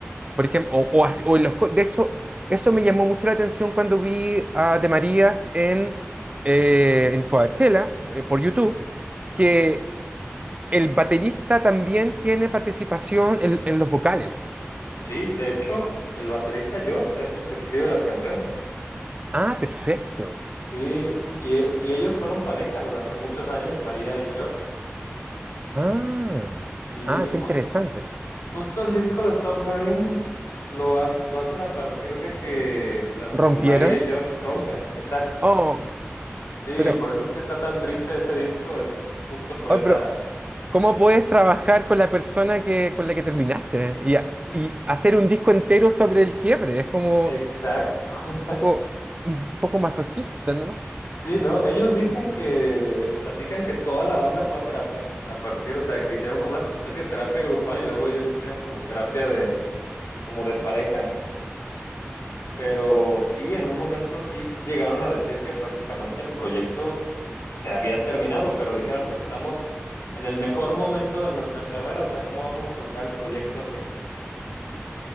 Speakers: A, on the right; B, on the left.
A: por ejemplo, o, o así- o en los, co- de hecho, eso me llamó mucho la atención cuando vi a De Marías en, eh, en Coachella, eh, por YouTube,
B: ujú.
A: que el baterista también tiene participación en, en los vocales.
B: Sí, de hecho, el baterista Josh es el que escribe las canciones.
A: Ah, perfecto.
B: Sí, y, e- y ellos fueron pareja durante muchos años, María y Josh.
A: Ah,
B: Sí,
A: ah,
B: jus-
A: qué interesante.
B: justo el disco de Submarine lo, ha- lo hacen a partir de que tanto
A: ¿Rompieron?
B: María y Josh rompen, exacto.
A: Oh,
B: Sí,
A: pero,
B: por eso es que está tan triste ese disco, es justo por
A: oh,
B: esa...
A: pero, ¿cómo puedes trabajar con la persona que, con la que terminaste y, a-
B: Sí,
A: y hacer un disco entero sobre el quiebre? Es como
B: exacto.
A: un
B: <laughs>
A: poco, un poco masoquista, ¿no?
B: Sí, ¿no? Ellos dicen que, platican que toda la banda fue a terapia, a partir, o sea, que hicieron como una especie de terapia grupal y luego ellos dos hicieron como terapia de, como de pareja, pero sí, en un momento sí llegaron a decir que prácticamente el proyecto se había terminado, pero dijeron, pues estamos en el mejor momento de nuestra carrera, o sea, ¿cómo vamos a soltar el proyecto así?